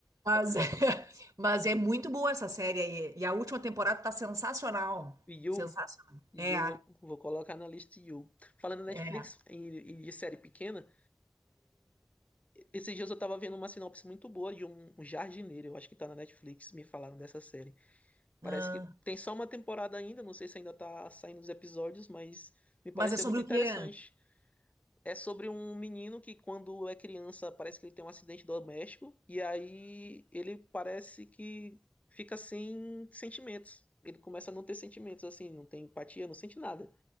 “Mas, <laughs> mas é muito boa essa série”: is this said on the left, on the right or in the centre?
Right